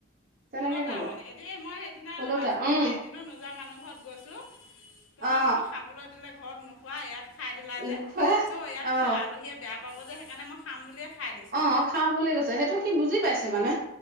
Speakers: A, on the right; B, on the left.
A: তেনেকে
B: ওলতা
A: কব
B: মানে এদিন মই সেইদিনা
A: ওলোটা
B: লাজ পোৱা
A: উম
B: পৰা এদিনো নোযোৱা মানুহ ঘৰত গৈছো। তোমাৰ
A: অ
B: বোলো খাবলৈ দিলে ঘৰত নোখোৱা ইয়াত খাই দিলা
A: নোখোৱা
B: যে, কৈছে ইয়াত
A: অ
B: বোলে আলহীয়ে বেয়া পাব যে, সেইকাৰণে মই খাম বুলিয়ে খাই দিছো।
A: অ খাওঁ বুলি কৈছে সেইটো সি বুজি পাইছে মানে